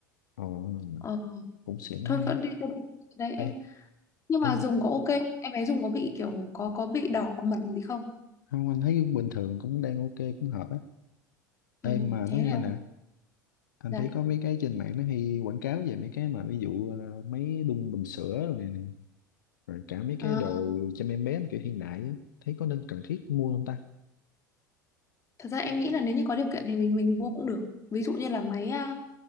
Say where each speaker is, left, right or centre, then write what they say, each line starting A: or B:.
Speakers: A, on the left; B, on the left.
A: ồ
B: Ờ,
A: cũng xịn
B: thôi
A: quá ha
B: cứ đi, cứ đi. Đấy em.
A: ê
B: Nhưng mà
A: em
B: dùng có ok, em bé dùng có bị kiểu có có bị đỏ mẩn gì không?
A: không anh thấy bình thường cũng đang ok cũng hợp á
B: Ừ,
A: em mà
B: thế
A: nói nghe
B: là ok.
A: nè anh
B: Dạ.
A: thấy có mấy cái trên mạng nó hay quảng cáo về mấy cái mà ví dụ ờ, mấy đun bình sữa rồi này, này rồi cả mấy
B: Ờ,
A: cái đồ chăm em bé mà kiểu hiện đại á thấy có nên cần thiết mua không ta
B: thật ra em nghĩ là nếu như có điều kiện thì mình mình mua cũng được. Ví dụ như là máy à,